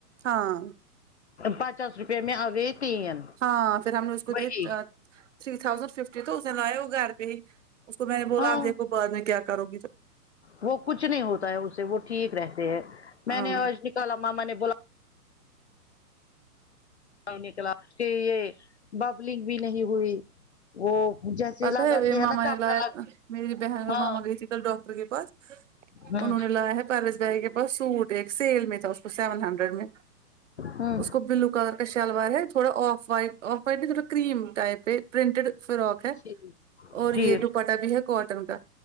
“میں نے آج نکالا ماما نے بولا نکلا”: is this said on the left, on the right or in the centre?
Left